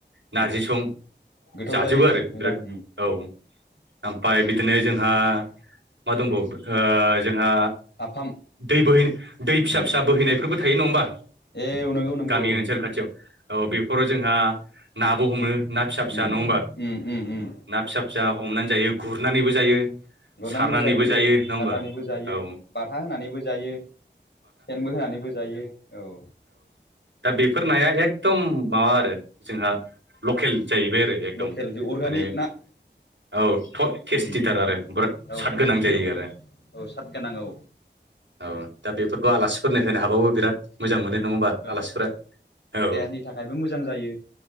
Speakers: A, on the right; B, on the left.
A: नारजि
B: उम
A: सं
B: गोथाव
A: जाजोबो
B: जायो
A: आरो
B: मोजां
A: बिराद
B: उम
A: औ। ओमफ्राय बिदिनो जोंहा मा दंबावो ओ जोंहा
B: नाफाम
A: दै बोहै दै फिसा
B: उम
A: फिसा बोहैनायफोरबो थायो नङा होमबा?
B: ए नंगौ नंगौ
A: गामि
B: औ नंगौ
A: ओनसोल खाथियाव औ
B: उम
A: बेफोराव जोंहा नाबो हमो ना फिसा फिसा
B: उम
A: नंङा होमबा,
B: उम उम उम
A: ना फिसा फिसा हमनानै जायो ह, गुरनानैबो जायो।
B: गुरनानैबो
A: सारनानैबो
B: जायो औ
A: नङा
B: सारनानैबो
A: होमबा
B: जायो,
A: औ
B: बाथा होनानैबो जायो। सेनबो होनानैबो जायो औ।
A: दा बेफोर नाया एकदम माबा आरो जोंहा लकेल जायो बे एखदम
B: लकेल जे अर्गानिक
A: माने
B: ना
A: ओ औ टेस्टिथार
B: उम
A: आरो बिराद
B: औ
A: साद
B: टेस्टि
A: गोनां जायो
B: औ
A: आरो
B: औ साद गोनां औ
A: औ दा बेफोरखौ आलासिफोरनो होनो हाबाबो बिराद मोजां मोनो। नङाहोमबा
B: औ
A: आलासिफोरा औ।
B: देहानि थाखायबो मोजां जायो